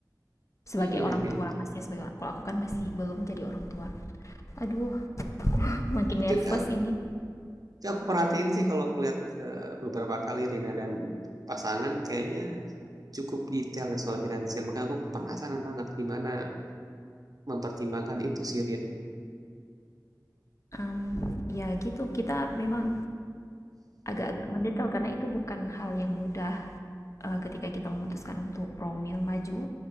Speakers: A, on the left (about 45°); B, on the right (about 60°).
A: Sebagai
B: Iya,
A: orang
B: Rin.
A: tua, Masnya sebagai orang, kalau aku kan masih belum jadi orang tua. Aduh, makin
B: Tapi
A: nervous
B: ka-
A: ini.
B: aku perhatiin sih kalau aku lihat eh, beberapa kali Rina dan pasangan kayaknya cukup detail ya soal finansial. Makanya aku penasaran banget gimana mempertimbangkan itu sih, Rin.
A: Mmm, ya gitu, kita memang agak-agak mendetail karena itu bukan hal yang mudah, eee, ketika kita memutuskan untuk promil maju